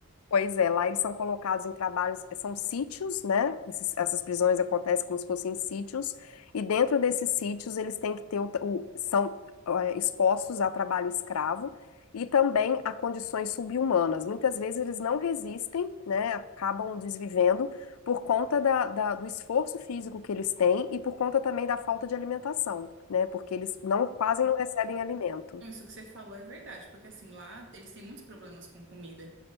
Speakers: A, on the left (about 80°); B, on the right (about 55°).
A: Pois é, lá eles são colocados em trabalhos, eh, são sítios, né? Esses- essas prisões acontecem como se fossem sítios, e dentro desses sítios eles têm que ter o, o- são é, expostos a trabalho escravo e também a condições subhumanas. Muitas vezes eles não resistem, né? Acabam desvivendo por conta da, da- do esforço físico que eles têm e por conta também da falta de alimentação, né? Porque eles não quase não recebem alimento.
B: Não, isso que você falou é verdade, porque assim, lá eles têm muitos problemas com comida.